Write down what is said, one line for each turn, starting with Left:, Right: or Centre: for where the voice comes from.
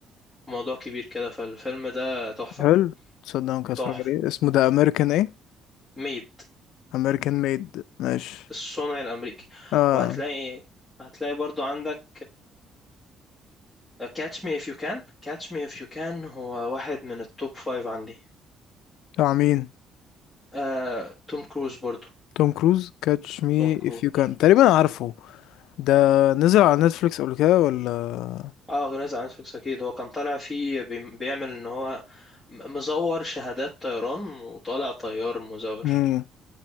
Centre: وموضوع كبير كده فالفيلم ده تحفة
Left: حلو تصدق ممكن اتفرج
Centre: تحفة
Left: عليه اسمه ده امريكان ايه
Centre: ميد
Left: امريكان ميد ماشي
Centre: الصنع الأمريكي
Left: اه
Centre: وهتلاقي هتلاقي برضو عندك كاتش مي اف يو كان كاتش مي اف يو كان هو واحد من التوب فايف عندي
Left: بتاع مين
Centre: آه، توم كروز برضو
Left: توم كروز كاتش مي
Centre: توم كروز
Left: اف يو كان تقريبا عارفه ده نزل على نتفليكس قبل كده ولا
Centre: اه غنيت عن نتفليكس اكيد هو كان طالع فيه بي- بيعمل ان هو م- مزور شهادات طيران وطالع طيار مزور
Left: مم.